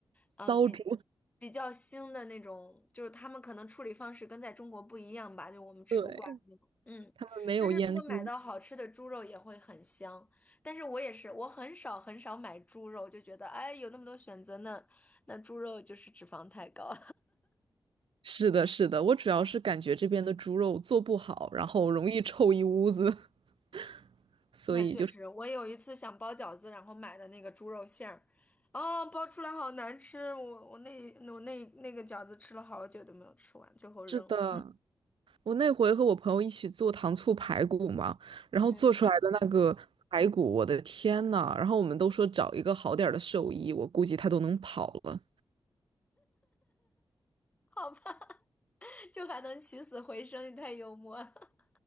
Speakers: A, on the right; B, on the left.
A: 骚猪，
B: 嗯，比比较腥的那种，就是他们可能处理方式跟在中国不一样吧，就我们吃不惯那种。
A: <laughs> 对，
B: 嗯，
A: 他们没有阉割。
B: 但是如果买到好吃的猪肉也会很香，但是我也是，我很少很少买猪肉，就觉得哎有那么多选择呢，那那猪肉就是脂肪太高。
A: 是的，是的，我主要是感觉这边的猪肉做不好，然后容易臭一屋子，<laughs> 所以就是
B: 那确实，我有一次想包饺子，然后买的那个猪肉馅儿，啊、包出来好难吃，我我那我那那个饺子吃了好久都没有吃完，最后扔了。
A: 是的。我那回和我朋友一起做糖醋排骨嘛，然后做出来的那个排骨，
B: 嗯，
A: 我的天呐！然后我们都说找一个好点儿的兽医，我估计他都能跑了。
B: <laughs> 好吧，<laughs> 就还能起死回生，你太幽默了。<laughs>